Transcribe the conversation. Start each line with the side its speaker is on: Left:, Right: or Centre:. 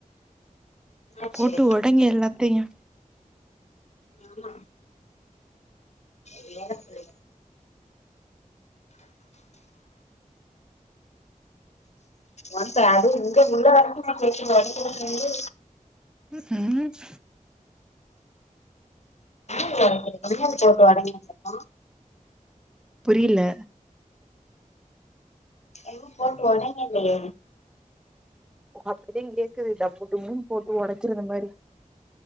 Left: என்னாச்சு
Centre: போட்டு ஓடைங்க எல்லாத்தையு
Left: ஆமா வேல புள்ளைகள்ல ஒ அது உங்க உள்ள வரைக்கு கேக்குது ஒடைக்கிற சவுண்டு
Centre: ம்
Left: <unintelligible> போட்டு ஒடைக்கிர சத்தோ
Centre: புரியல
Left: எதுவு போட்டு ஒடைக்கிலேயே
Centre: அப்டினு கேக்குது டப்பு டும்மு போட்டு ஒடைக்கிற இந்த மாரி